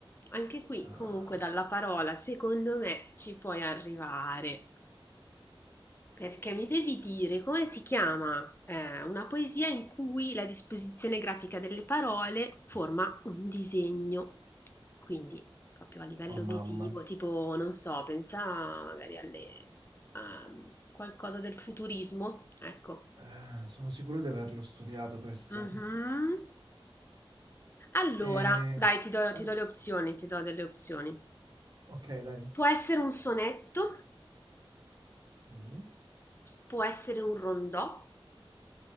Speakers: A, on the left; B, on the right.
A: Anche qui,
B: Ah,
A: comunque, dalla parola, secondo me, ci puoi arrivare. Perché mi devi dire come si chiama eh, una poesia in cui la disposizione grafica delle parole forma un disegno. Quindi, proprio a livello
B: oh mamma.
A: visivo, tipo, non so, pensa magari alle, a qualcosa del futurismo. Ecco.
B: Eh, sono sicuro di averlo studiato questo.
A: Mhm. Allora,
B: E...
A: dai, ti do
B: all-
A: ti do le opzioni, ti do delle opzioni.
B: Ok, dai.
A: Può essere un sonetto,
B: Mm,
A: può essere un rondò,